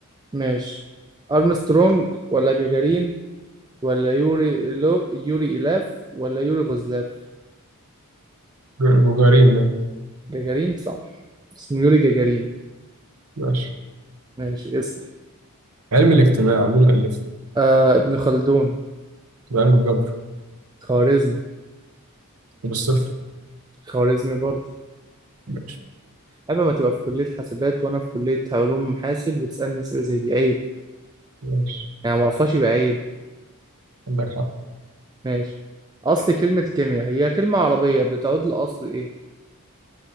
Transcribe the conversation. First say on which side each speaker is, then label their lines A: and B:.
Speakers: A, on the right; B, on the right.
A: ماشي أرمسترونج ولا جاجارين ولا يوري لو يوري إلاف ولا يوري غزلاف
B: جوجارين ده
A: جاجارين صح اسمه يوري جاجارين
B: ماشي
A: ماشي اسأل
B: علم الاجتماع مين الألفه؟
A: آه ابن خلدون
B: تبقى علم الجبر
A: خوارزمي
B: طب الصفر
A: خوارزمي برضه
B: ماشي
A: عيب ما تبقى في كلية حاسبات وأنا في كلية علوم حاسب وتسألني أسئلة زي دي عيب
B: ماشي
A: يعني ما أعرفهاش يبقى عيب
B: عندك حق
A: ماشي أصل كلمة كيمياء هي كلمة عربية بتعود لأصل إيه